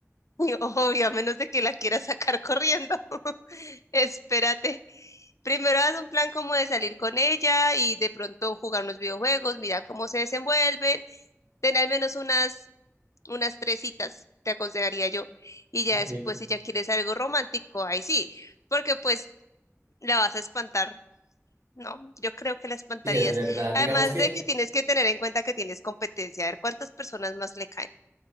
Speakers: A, on the left; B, on the right.
A: Y obvio, a menos de que la quiera sacar corriendo. <laughs> Espérate. Primero haz un plan como de salir con ella y de pronto jugar unos videojuegos, mira cómo se desenvuelven, ten al menos unas unas tres citas, te aconsejaría yo. Y ya
B: Ok.
A: después,
B: Sí,
A: si ya quieres algo romántico, ahí sí, porque pues la vas a espantar. No, yo creo que la espantarías.
B: es verdad.
A: Además
B: Digamos que,
A: de que tienes que tener en cuenta que tienes competencia, a ver cuántas personas más le caen.